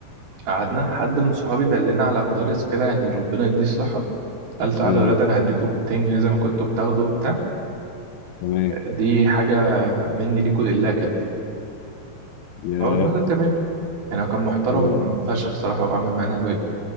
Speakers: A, on the right; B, on the left.
A: قعدنا حد من صحابي دلنا على مدرس كده يعني ربنا يديه الصحه قال تعالوا
B: امم
A: يا ولاد انا هديكم 200 جنيه زي ما كنتوا بتاخدوا وبتاع
B: تمام
A: دي حاجه مني ليكوا لله كده
B: ياه
A: فقلنا له تمام يعني هو كان محترم
B: آه.
A: فشخ صراحه وعمل معانا الواجب